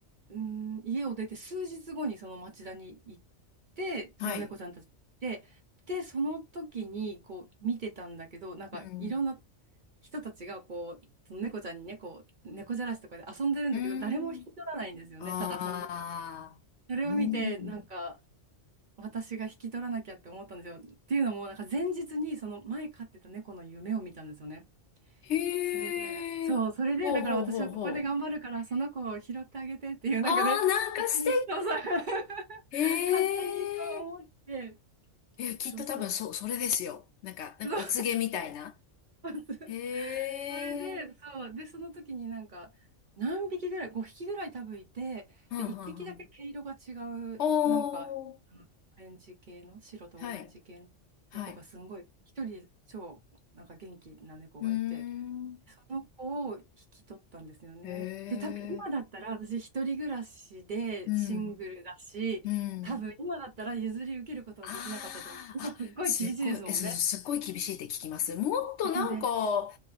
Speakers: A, on the right; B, on the left.
A: う、うーん、家を出て数日後にその町田に行って、
B: はい。
A: その猫ちゃんたちで、で、その時にこう見てたんだけど、なんかいろんな
B: うん、
A: 人たちがこう、その猫ちゃんに猫、猫じゃらしとかで遊んでるんだけど、
B: うーん。
A: 誰も引き取らないんですよね。
B: ああ、
A: ただ遊んでる。それを見て、
B: うん。
A: なんか、私が引き取らなきゃって思ったんですよ。っていうのも、なんか前日にその前飼ってた猫の夢を見たんですよね。
B: へえ、
A: それで、そう、それで、
B: ほうほうほうほう。
A: だから私はここで頑張るから、その子を拾ってあげてっていう、なんかね、
B: ああ、なんか素
A: 勝手に、そうそう、
B: 敵。
A: <laughs>
B: へえ、
A: 勝手にそう思って、
B: え、きっと多分そ、
A: そうそう。
B: それですよ。なんか、なんかお告げみたいな。
A: そう <laughs>
B: へえ、
A: それで、そう。で、その時になんか、何匹ぐらい、5匹ぐらい多分いて、
B: はんはんはん。
A: で、1匹だけ毛色が違う、
B: お
A: なんか、
B: ー、
A: あのオレンジ系の、白とオレンジ系の猫がすんごい、
B: はい、はい。
A: 一人超、なんか元気な猫がいて、
B: うーん、
A: その子を引き取ったんですよね。
B: へえ、
A: で、多分今だったら、私一人暮らしでシングルだし、
B: うん、うん。
A: 多分今だったら譲り受けることはできなかったと思う。
B: ああ、
A: 今すっごい厳しいですもんね。
B: あ、すっごい、え、そうそう、すっごい厳しいって聞きます。もっとなんか、
A: えっとね、